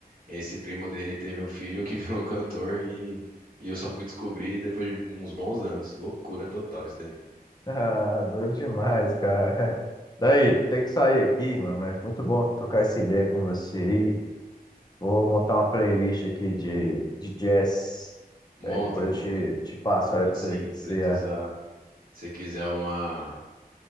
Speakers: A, on the right; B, on the left.
A: E esse primo dele teve um filho que <laughs> virou cantor e, e eu só fui descobrir depois de uns bons anos. Loucura total isso daí.
B: Ah, doido demais, cara. <laughs> Daí, tem que sair aqui, mano, mas muito bom trocar essa ideia com você aí. Vou montar uma playlist aqui de, de jazz.
A: Monta,
B: Daí depois
A: monta,
B: eu te, te passo,
A: monta
B: olha pra
A: assim,
B: você ver o que que
A: se
B: você
A: precisar.
B: acha.
A: Se quiser uma,